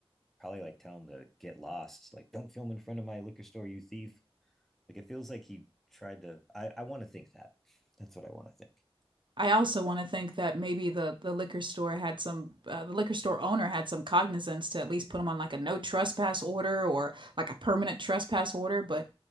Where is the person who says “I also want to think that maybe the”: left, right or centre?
Right